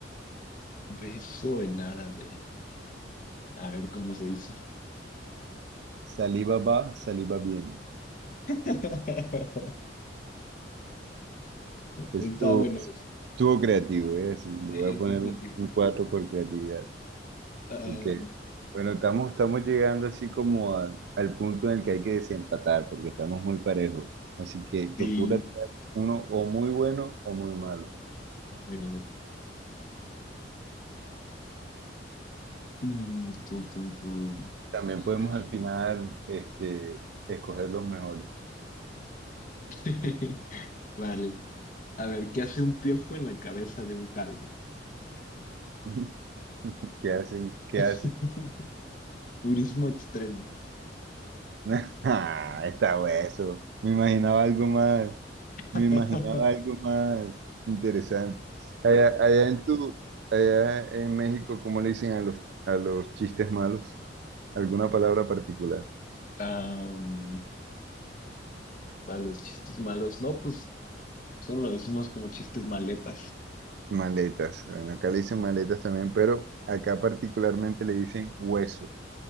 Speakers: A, on the left (about 45°); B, on the right (about 65°).
A: beso en árabe. A ver cómo se dice.
B: Saliva va, saliva bien.
A: <laughs>
B: <laughs> Estuvo,
A: Está bueno
B: estuvo
A: eso.
B: creativo, ¿eh? Así, le voy
A: Sí,
B: a
A: está
B: poner
A: creativo.
B: un, un 4 por creatividad.
A: Ah,
B: Ok. Bueno, estamos, estamos llegando así como a- al punto en el que hay que desempatar, porque estamos muy parejos. Así que
A: sí,
B: procura tirar uno o muy bueno o muy malo.
A: a ver. Mm, tum, tum, tum.
B: También
A: A
B: podemos
A: ver.
B: al final este, escoger los mejores.
A: <laughs> Vale. A ver, ¿qué hace un piojo en la cabeza de un calvo?
B: <laughs> ¿Qué hacen? ¿Qué
A: <laughs>
B: hacen?
A: Turismo extremo.
B: <laughs> Ah, está hueso. Me imaginaba algo más.
A: <laughs>
B: Me imaginaba algo más interesante. Allá, allá en tu, allá en México, ¿cómo le dicen a los, a los chistes malos? ¿Alguna palabra particular?
A: Am, para los chistes malos, no, pues solo lo decimos como chistes maletas.
B: Maletas. Bueno, acá le dicen maletas también, pero acá particularmente le dicen hueso.